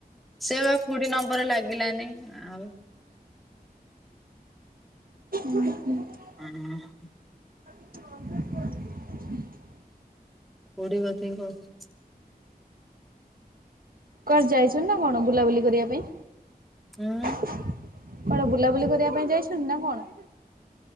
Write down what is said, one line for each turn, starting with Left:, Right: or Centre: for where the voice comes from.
Centre: ସେ ବା ଖୁଡି ନମ୍ବର ଲାଗିଲାନି ଆଉ।
Right: <unintelligible>
Centre: <inaudible>
Right: <inaudible>
Centre: <unintelligible>
Right: କୁଆଡେ ଯାଇଛ ନା କଣ ବୁଲାବୁଲି? ପାଇଁ
Centre: ଉଁ
Right: କୁଆଡେ ବୁଲାବୁଲି କରିବା ପାଇଁ ଯାଇଛନ୍ତି ନା କଣ?